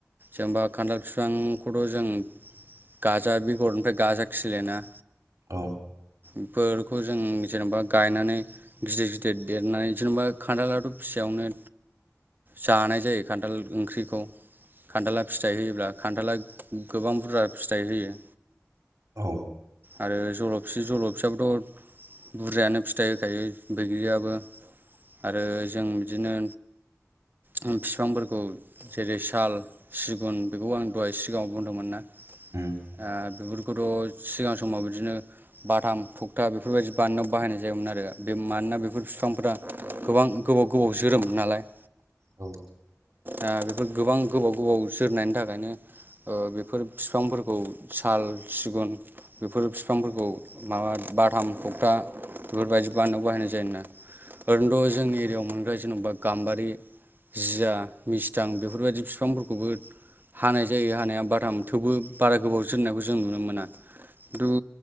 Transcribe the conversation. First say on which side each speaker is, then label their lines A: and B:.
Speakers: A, on the right; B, on the right.
A: जेनबा खान्थाल बिफांखौथ' जों गाजा बेगरनिफ्राय गाजा खिलया ना
B: औ।
A: इफोरखौ जों जेनेबा गायनानै गिदिर गिदिर देरनानै जेनेबा खान्थालाथ' फिसयावनो जानाय जायो खान्थाल ओंख्रिखौ खान्थाला फिथाइ होयोब्ला खान्थाला गोबां बुरजा फिथाइ होयो।
B: औ।
A: आरो जल'फि जल'फियाबोथ' बुरजायानो फिथाइ होखायो बैग्रियाबो आरो जों बिदिनो फिफांफोरखौ जेरै साल, सिगुन बेखौ आं दहाय सिगाङाव बुंदोंमोन ना
B: ओम।
A: ओ बेफोरखौथ' सिगां समाव बिदिनो बाथाम, थगथा बेफोरबायदि बाननायाव बाहायनाय जायोमोन आरो बे मानोना बेफोर बिफांफोरा गोबां गोबाव गोबाव जोरोम नालाय
B: औ।
A: आ बेफोर गोबां गोबाव गोबाव सोरनायनि थाखायनो ओ बेफोर बिफांफोरखौ साल, सिगुन बेफोर बिफांफोरखौ माबा बाथाम थ'गथा बेफोरबायदि बानायनायाव बाहायनाय जायोना ओरैनोथ' जोंनि एरियाायाव मोनग्रा जेन'बा गाम्बारि जिया, मिस्थां बेफोरबायदि बिफांफोरखौबो हानाय जायो हानाया बाथाम थेवबो बारा गोबाव जोरनायखौ जों नुनो मोना खिन्थु